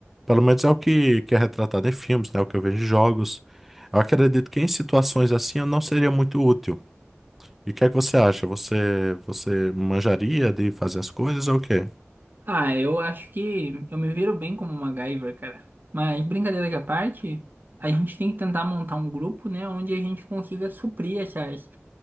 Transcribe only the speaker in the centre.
pelo menos é o que, que é retratado em filmes, né? O que eu vejo em jogos. Eu acredito que em situações assim eu não seria muito útil. E o que é que você acha? Você, você manjaria de fazer as coisas ou o quê?